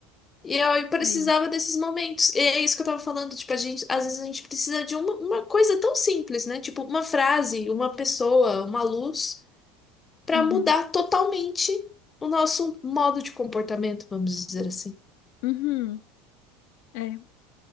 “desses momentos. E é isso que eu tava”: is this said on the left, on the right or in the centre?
Left